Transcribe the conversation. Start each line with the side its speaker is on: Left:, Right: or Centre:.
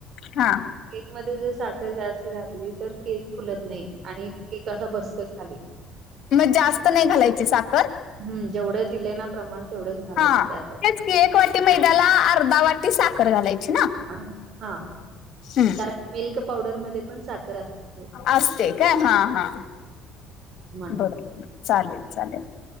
Left: हा.
Right: केक मध्ये जर साखर जास्त घातली. तर केक फुलत नाही आणि केक असा बसतोय खाली.
Left: मग जास्त नाही घालायची साखर?
Right: हम् जेवढे दिले ना प्रमाण तेवढंच घालायचं
Left: हा
Right: त्यासाठी.
Left: तेच की एक वाटी मैद्याला अर्धा वाटी साखर घालायची. ना
Right: हा हा
Left: हम्म
Right: कारण मिल्क पावडर मध्ये पण साखर असत.
Left: असते काय. हा हा
Right: म्हणून.
Left: बर चालेल चालेल.